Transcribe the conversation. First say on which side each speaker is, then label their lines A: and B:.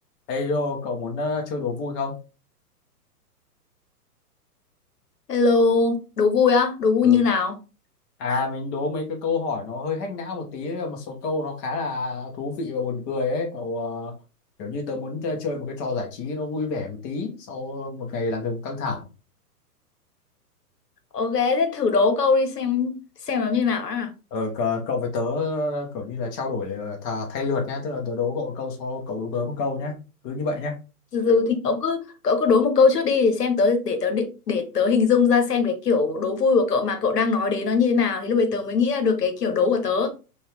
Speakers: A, on the left (about 20°); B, on the left (about 80°).
A: Ê Rô, cậu muốn ờ, chơi đố vui không?
B: Hello, đố vui á, đố
A: Ừ,
B: vui như nào?
A: À mình đố mấy cái câu hỏi nó hơi hack não một tí, một số câu nó khá là thú vị và buồn cười ấy. Cậu ờ, kiểu như tớ muốn chơi, chơi một cái trò giải trí nó vui vẻ một tí sau một ngày làm việc căng thẳng.
B: Ok, thế thử đố câu đi xem xem nó như nào á.
A: Ờ, c- cậu với tớ ờ, kiểu như là trao đổi là tha- thay lượt nhá, tức là tớ đố cậu một câu sau cậu đố tớ một câu nhá. Cứ như vậy nhá.
B: Từ từ thì cậu cứ cậu cứ đố một câu trước đi để xem tớ để tớ định- để tớ hình dung ra xem cái kiểu đố vui của cậu mà cậu đang nói đến nó như thế nào thì lúc đấy tớ mới nghĩ ra được cái kiểu đố của tớ.